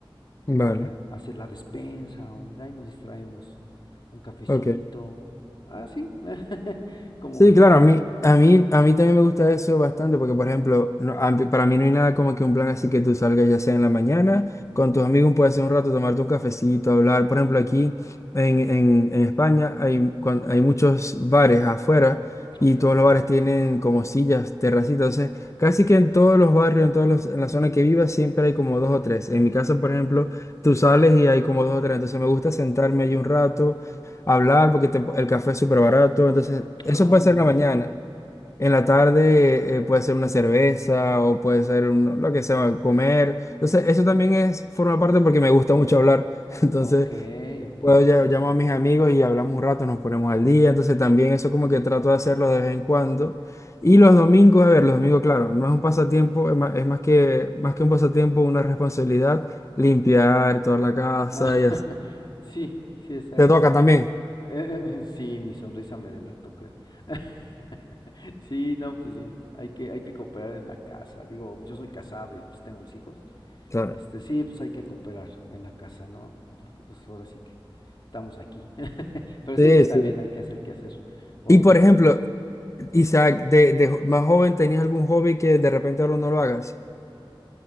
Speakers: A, on the left; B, on the left.
A: Vale.
B: Allá a hacer la despensa o de ahí nos distraemos. Un cafecito.
A: Ok.
B: Ah, sí. <laughs> ¿Cómo
A: Sí,
B: ves?
A: claro, a mí, a mí, a mí también me gusta eso bastante porque, por ejemplo, no- a mí- para mí no hay nada como que un plan así que tú salgas ya sea en la mañana, con tus amigos puedes hacer un rato, tomarte un cafecito, hablar. Por ejemplo, aquí en, en- en España hay, cuan- hay muchos bares afuera
B: Ok.
A: y todos los bares tienen como sillas, terracitas. Entonces, casi que en todos los barrios, en todos los- en la zona que vivas, siempre hay como dos o tres. En mi casa, por ejemplo, tú sales y hay como dos o tres. Entonces, me gusta sentarme allí un rato hablar porque te- el café es súper barato. Entonces,
B: Ah,
A: eso puede
B: muy
A: ser en
B: bien.
A: la mañana. En la tarde eh, puede ser una cerveza o puede ser un- lo que sea, comer. Entonces, eso también es, forma parte porque me gusta mucho hablar. <laughs> Entonces,
B: Ok, ok.
A: puedo ya, llamo a mis amigos y hablamos un rato, nos ponemos al día. Entonces, también eso como que trato de hacerlo de vez en cuando. Y los domingos, a ver, los domingos, claro, no es un pasatiempo, es más, es más que, más que un pasatiempo, una responsabilidad, limpiar toda la casa
B: Ah,
A: y así.
B: <laughs> sí, sí, exacto.
A: Te toca también.
B: Eh, <laughs> sí, mi sonrisa me delató, creo. <laughs> Sí, no, pues sí, hay que, hay que cooperar en la casa. Digo, yo soy casado y pues tengo mis hijos.
A: Claro.
B: Este, sí, pues hay que cooperar en la casa, ¿no? Porque pues ahora sí que estamos aquí. <laughs> Pero
A: Sí,
B: sí, pues también
A: sí.
B: hay que hacer qué hacer. O
A: Y por
B: meter...
A: ejemplo, Isaac, de, de jo- más joven, ¿tenías algún hobby que de repente ahora no lo hagas?